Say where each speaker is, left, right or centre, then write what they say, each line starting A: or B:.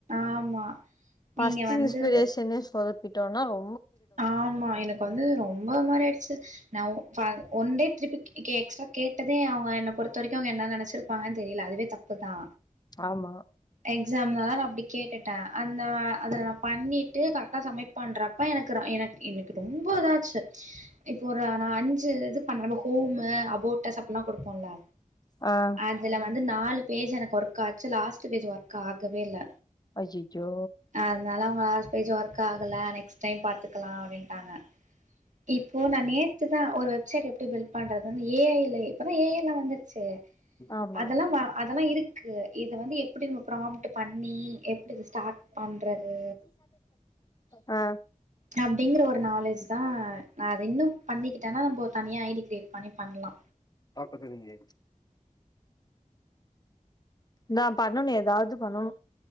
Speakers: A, on the right; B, on the left.
A: ஆமா
B: ஃபஸ்ட்டு
A: நீங்க வந்து
B: இனுஸ்பிரேஷனே சொதப் பிட்டோணா ரொ
A: ஆமா எனக்கு வந்து ரொம்ப ஒரு மாரி ஆய்டுச்சு நா ஒ ஃபா ஒன்டே ட்ரிப்பு கே எக்ஸ்ட்ரா கேட்டதே அவ்ங்க என்ன பொறுத்த வரைக்கு அவ்ங்க என்ன நெனச்சிருப்பாங்கன் தெரில அதுவே தப் புதா
B: ஆமா
A: எக்ஸாம்னாலதா நா அப்டி கேட்டுட்ட அந்த வா அதுல நா பண்ணிட்டு கரெட்டா சமிட் பண்ற ப்ப எனக்குறா எனக் எனக்கு ரொம்போ இதாச்சு இப்போ ஒருனா நா அஞ்சு இது பண்ணுவம்ல ஹோமு அபோட்டஸ் அப்புல்லா குடுப்போல
B: ஆ
A: அதுல வந்து நாலு பேஜ் எனக்கு ஒர்க் ஆச்சு லாஸ்ட்டு பேஜ் ஒர்க் ஆகவே இல்ல
B: ஐயச்சோ
A: அதுனால அவ்ங்க லாஸ்ட் பேஜ் ஒர்க் ஆகல நெக்ஸ்ட் டைம் பாத்துக்குலா அப்டின்ட்டாங்க இப்போ நா நேத்துதா ஒரு வெப்சைட் எப்டி பில்ட் பண்றதுன் ஏ ஐ ல இப்பதா ஏ ஐ எல்லா வந்துருச்சே
B: ஆமா
A: அதெல்லா வா அதெல்லா இருக்கு இத வந்து எப்டி நம்ம ப்ராம்ட்டு பண்ணி எப்டி இத ஸ்டாட் பண்றது
B: ஆ
A: அப்டிங்கிற ஒரு நாலேஜ்தா நா அது இன்னு பண்ணிக்கிட்டனா நம்போ தனியா ஐ டி கிரியேட் பண்ணி பண்லா
B: அப்ப சரிங்கே நா பண்ணணு எதாவது பண்ணணு